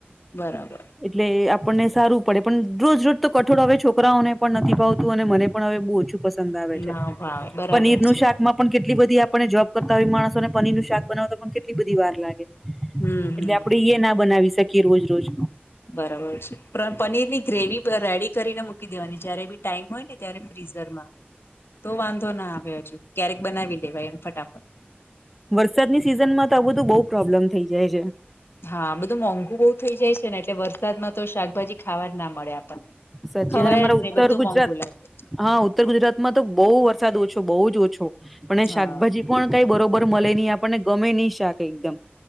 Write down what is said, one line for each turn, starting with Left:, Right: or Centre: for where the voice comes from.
Left: બરાબર
Centre: એટલે આપણને સારું પડે પણ રોજ રોજ તો કઠોળ હવે છોકરાઓને પણ નથી ભાવતું અને મને પણ હવે બહુ ઓછું પ પસંદ આવે છે
Left: ના ભાવે બરાબર
Centre: પનીર નું
Left: છે
Centre: શાકમાં પણ કેટલી બધી આપણે જોબ કરતા હોય માણસો અને પનીરું શાક બનાવતા પણ કેટલી બધી વાર લાગે
Left: હમ
Centre: એટલે
Left: હમ
Centre: આપડે એ ના બનાવી શકીએ રોજ રોજ
Left: બરાબર છે પણ પનીર ની ગ્રેવી રેડી કરીને મૂકી દેવાની જયારે બી ટાઈમ હોય ને અ્યારે ફ્રીઝરમાં તો વાંધો ના આવે હજુ ક્યારેક બનાવી લેવાય એમ ફટાફટ
Centre: વરસાદની સિઝન માં તો આ બધું બઉ પ્રોબ્લેમ થઇ જાય છે
Left: હા બધું મોંઘુ બહુ થઈ જાય છે ને એટલે વરસાદમાં તો શાકભાજી ખાવા જ ના મળે આપણને
Centre: સાચી
Left: ખવાય
Centre: અને અમારા
Left: જ
Centre: ઉત્તર
Left: નહી બધું
Centre: ગુજરાત
Left: મોંઘું લાગે
Centre: હા ઉત્તર ગુજરાતમાં તો બહુ વરસાદ ઓછો બહુ જ ઓછો પણ
Left: હા
Centre: શાકભાજી પણ કઈ બરોબર મળે નહી આપને ગમે નહી શાક એકમ